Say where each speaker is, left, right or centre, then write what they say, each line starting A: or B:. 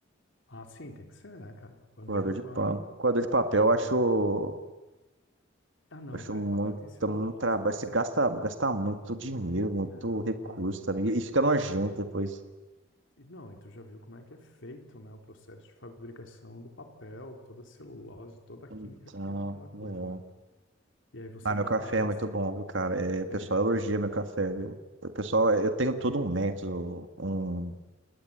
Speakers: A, on the left (about 70°); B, on the right (about 70°).
A: Ah, sim, tem que ser, né, cara? Coador
B: Coador
A: de
B: de
A: pano.
B: pano. Coador de papel, eu
A: Como
B: acho,
A: uma.
B: eu
A: Ah, não,
B: acho
A: velho.
B: muito,
A: Papel tem celulose,
B: muito trabalho.
A: cara.
B: Você
A: Isso-
B: gasta, gasta muito dinheiro, muito
A: Não,
B: recurso
A: mano.
B: também. E fica nojento depois.
A: E não, e tu já viu como é que é feito, né, o processo de fabricação do papel, toda a celulose, toda a
B: Então,
A: química que tem naquela coisa,
B: é.
A: né? E aí você
B: Ah,
A: bota
B: meu café
A: a água,
B: é muito
A: se-
B: bom, viu, cara? É, o
A: é,
B: pessoal elogia meu café, viu? O pessoal, eu tenho todo um método, um